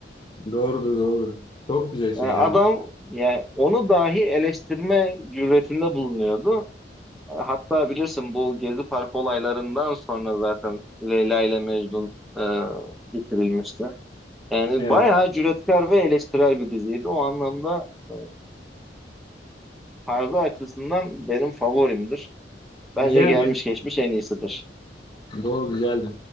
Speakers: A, on the left; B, in the centre.
A: Doğrudur doğrudur. Çok güzel şey
B: Yani
A: ya
B: adam
A: o.
B: yani onu dahi eleştirme cüretinde bulunuyordu. Hatta bilirsin bu Gezi Parkı olaylarından sonra zaten Leyla ile Mecnun e, bitirilmişti. Yani
A: Evet.
B: bayağı cüretkar ve eleştirel bir diziydi. O anlamda e, tarzı açısından benim favorimdir. Bence
A: Güzeldi
B: gelmiş
A: ya.
B: geçmiş en iyisidir.
A: Doğru güzeldi.